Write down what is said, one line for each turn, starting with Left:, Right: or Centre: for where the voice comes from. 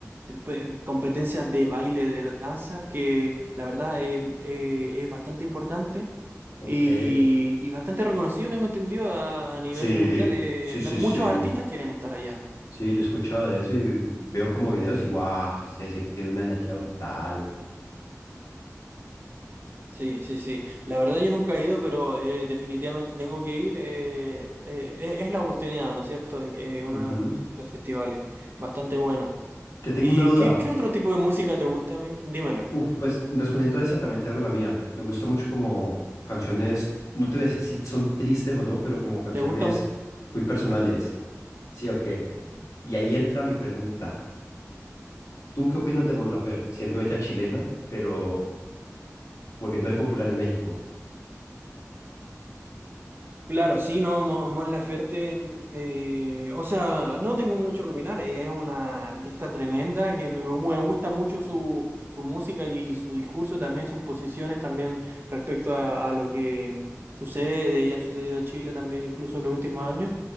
Right: te- pe- competencias de baile, de danza, que la verdad es, eh, es bastante importante
Left: Ok.
Right: y, y bastante reconocido, tengo entendido, a, a nivel
Left: Sí,
Right: mundial. Eh,
Left: sí, sí,
Right: la- muchos
Left: sí.
Right: artistas quieren estar allá.
Left: Sí, yo he escuchado de eso y veo como videos y guau, se siente una energía brutal.
Right: Sí, sí, sí. La verdad yo nunca he ido, pero eh, definitivamente tengo que ir. eh, eh, e- es la oportunidad, ¿no es cierto? De que eh, una
Left: Ujú.
Right: de festivales bastante bueno.
Left: Te tengo
Right: ¿Y
Left: una duda.
Right: qué, qué otro tipo de música te gusta, amigo? Dímelo.
Left: Uf, pues respondiendo a esa también te hago la mía. Me gusta mucho como canciones, no te voy a decir si son tristes o no, pero como canciones
Right: ¿Te gusta?
Left: muy personales. Sí o qué. Y ahí entra mi pregunta. ¿Tú qué opinas de Mon Laferte, siendo ella chilena, pero volviéndose popular en México?
Right: Claro, sí, no, Mo- Mon Laferte, eh, o sea, no tengo mucho que opinar, es una artista tremenda que me, me gusta mucho su, su música y, y su discurso también, sus posiciones también respecto a, a lo que mm, sucede y ha sucedido en Chile también, incluso en los últimos años.